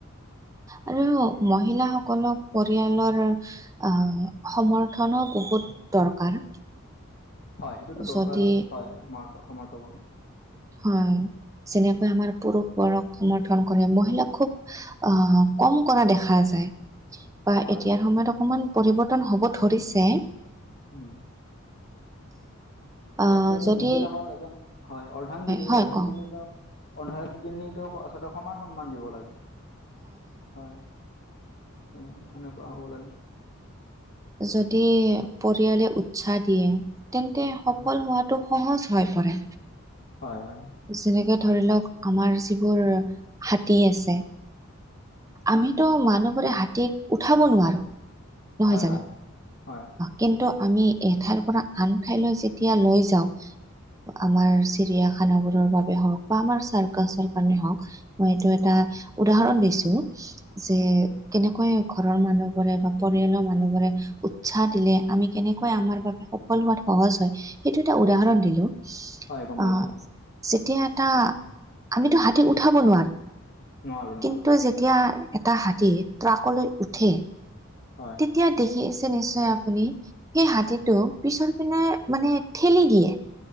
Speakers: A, on the right; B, on the left.
A: আৰু <unintelligible> মহিলা সকলক পৰিয়ালৰ <unintelligible> আহ সমৰ্থনো বহুত দৰকাৰ। <inaudible>
B: হয়। সেইটোতো দৰকাৰ
A: যদি
B: হয় সমৰ্থ কনো <inaudible>
A: হয়। যেনেকৈ আমাৰ পুৰুষবোৰক সমৰ্থন কৰে। মহিলাক খুব <inaudible> আহ কম কৰা দেখা যায়। <inaudible> বা এতিয়াৰ
B: হয়
A: সময়ত অকমান পৰিবৰ্তন হ'ব ধৰিছে <unintelligible>
B: উম।
A: আহ,
B: আচলতে
A: যদি
B: মহিলা হল এজন হয় অৰ্ধাংগিনী-
A: হয়,
B: অৰ্ধাংগিনী
A: কওক
B: ত অৰ্ধাংগিনীকতো আচলতে সমান সন্মান দিব লাগে হয়। তেনেকুৱা, সেনেকুৱা হ'ব লাগে।
A: যদি পৰিয়ালে উৎসাহ দিয়ে তেন্তে সফল
B: হয়
A: হোৱাটো সহজ হৈ পৰে।
B: হয়, হয়।
A: যেনেকে ধৰি লওক আমাৰ যিবোৰ হাতী আছে আমিত মানুহবোৰে হাতীক উঠাব নোৱাৰো। নহয়
B: হয়,
A: জানো
B: হয়, হয়।
A: কিন্তু আমি এঠাইৰ পৰা আন ঠাইলৈ যেতিয়া লৈ যাওঁ আমাৰ চিৰিয়াখানাবোৰৰ বাবে হওক বা আমাৰ চাৰ্কাছৰ কাৰণে হওক মই এইটো এটা উদাহৰণ দিছো যে কেনেকৈ ঘৰৰ মানুহবোৰে বা পৰিয়ালৰ মানুহবোৰে উৎসাহ দিলে, আমি কেনেকৈ আমাৰ বাবে সফল হোৱাত সহজ হয় সেইটো এটা উদাহৰণ দিলো। ইচ
B: হয় গম
A: আহ
B: পাইছো
A: যেতিয়া এটা আমিতো হাতী উঠাব নোৱাৰো।
B: নোৱাৰো নোৱাৰো
A: কিন্তু যেতিয়া এটা হাতী ট্ৰাকলৈ উঠে
B: হয়।
A: তেতিয়া দেখি আছে নিশ্চয় আপুনি সেই হাতীটো পিছৰ পিনে মানে ঠেলি দিয়ে।